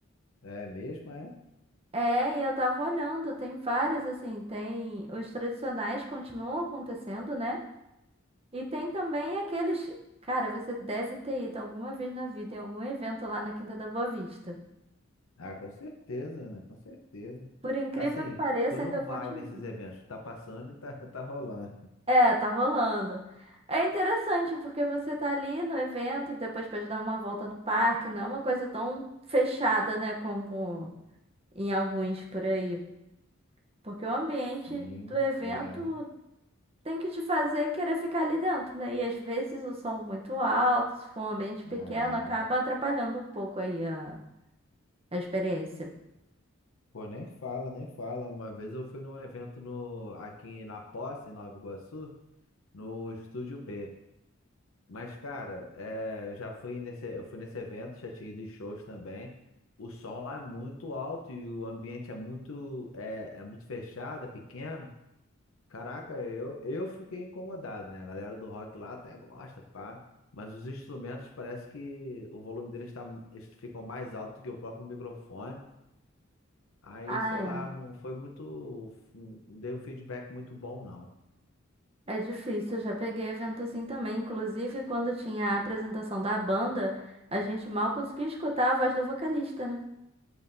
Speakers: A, on the left; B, on the right.
A: É mesmo, é?
B: É, e eu tava olhando, tem vários assim, tem os tradicionais continuam acontecendo, né? E tem também aqueles, cara, você deve ter ido alguma vez na vida em algum evento lá na Quinta da Boa Vista.
A: Ah, com certeza, né? Com certeza.
B: Por incrível
A: Assim,
B: que pareça,
A: tu não
B: ainda
A: vai
B: continua.
A: nesses eventos, tá passando e tá, <laughs> tá rolando.
B: É, tá rolando. É interessante porque você tá ali no evento, e depois pode dar uma volta no parque, não é uma coisa tão fechada, né, como em alguns por aí. Porque o ambiente
A: Sim,
B: do evento
A: é.
B: tem que te fazer querer ficar ali dentro, né? E às vezes o som muito alto, se for um ambiente pequeno,
A: Ah, é.
B: acaba atrapalhando um pouco aí a, a experiência.
A: Pô, nem fala, nem fala. Uma vez eu fui num evento no, aqui na Posse, em Nova Iguaçu, no Estúdio B. Mas, cara, é, eu já fui nesse, eu fui nesse evento, já tinha ido em shows também. O som lá é muito alto e o ambiente é muito, é, é muito fechado, é pequeno. Caraca, eu, eu fiquei incomodado, né? A galera do rock lá até gosta, pá. Mas os instrumentos parece que o volume deles tá, eles ficam mais alto que o próprio microfone. Aí,
B: Ah,
A: sei lá, não foi muito. Não dei um feedback muito bom, não.
B: É difícil, eu já peguei evento assim também. Inclusive, quando tinha a apresentação da banda, a gente mal conseguia escutar a voz do vocalista, né?